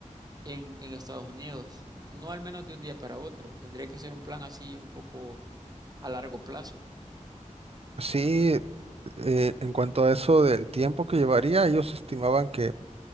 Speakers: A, on the right (about 30°); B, on the right (about 50°).
A: en, en Estados Unidos? No al menos de un día para otro. Tendría que ser un plan así un poco a largo plazo.
B: Sí, eh, en cuanto a eso del tiempo que llevaría, ellos estimaban que